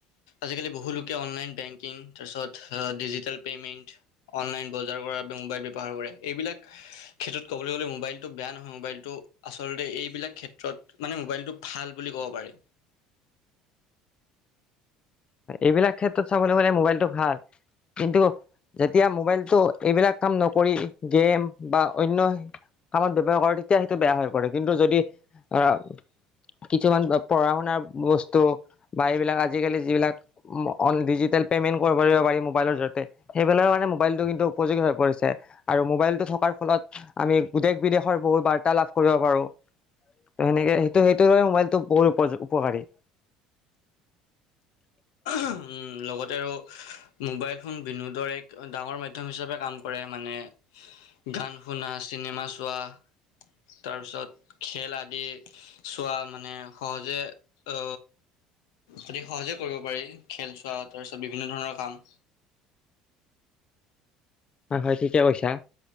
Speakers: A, on the left; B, on the left.
A: আজিকালি বহু লোকে অনলাইন বেংকিং তাৰপিছত ডিজিটেল পে'মেণ্ট অনলাইন বজাৰ কৰা বাবে মোবাইল ব্যৱহাৰ কৰে এইবিলাক ক্ষেত্ৰত ক'বলৈ গ'লে মোবাইলটো বেয়া নহয়, মোবাইলটো আচলতে এইবিলাক ক্ষেত্ৰত মানে মোবাইলটো ভাল বুলি ক'ব পাৰি।
B: এইবিলাক ক্ষেত্ৰত চাবলে গ'লে মোবাইলটো ভালম কিন্তু যেতিয়া মোবাইলটো এইবিলাক কাম নকৰি গেম বা অন্য কামত ব্যয়ৱহাৰ কৰ তেতিয়া সেইটো বেয়া হৈ পৰে, কিন্তু যদি আহ কিছুমান পঢ়া শুনাৰ বস্তু বা এইবিলাক আজিকালি যিবিলাক অন ডিজিটেল পেমেণ্ট কৰিব পাৰিব পাৰি মোবাইলৰ জৰিয়তে। সেইবিলাকৰ কাৰণে মোবাইলটো কিন্তু উপযোগী হৈ পৰিছে, আৰু মোবাইলটো থকাৰ ফলত আমি দেশ বিদেশৰ বহুত বাৰ্তা লাভ কৰিব পাৰো। ত সেনেক সেইটো সেইটোৰ বাবে মবাইলটো বহুত উপ উপকাৰী। <inaudible>
A: উম লগতে আৰু মোবাইল ফোন বিনোদৰ এক ডাঙৰ মাধ্যম হিচাপে কাম কৰে মানে গান শুনা, চিনেমা চোৱা তাৰপিছত খেল আদি চোৱা মানে সহজে অ অতি সহজে কৰিব পাৰি খেল চোৱা তাৰপিছত বিভিন্ন ধৰণৰ কাম।
B: হয় হয় ঠিকে কৈছা,